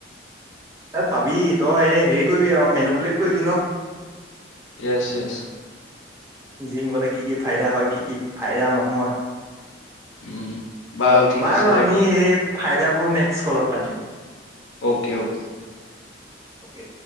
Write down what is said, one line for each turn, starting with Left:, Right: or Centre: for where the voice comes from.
Right: এই পাবি, তই এই হেৰি কৰিবি আৰু মেনুপুলট কৰিবি ন
Left: ইয়েছ ইয়েছ।
Right: জিম গলে কি কি ফাইদা হয়, কি কি ফাইদা নহয়।
Left: উম। ঠিক
Right: বাৰু
Left: আছে
Right: আমি
Left: দে
Right: এই ফাইদাবোৰ নেক্সট কলত পাতিম।
Left: Okay okay.
Right: অ'কে।